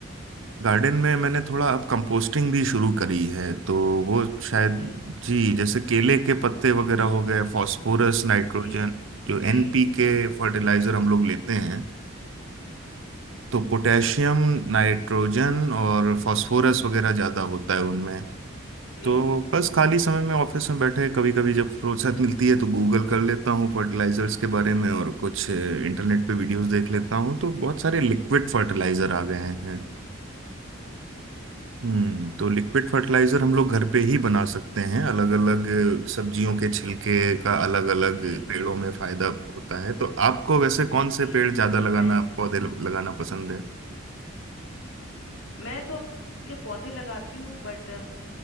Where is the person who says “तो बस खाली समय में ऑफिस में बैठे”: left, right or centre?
Right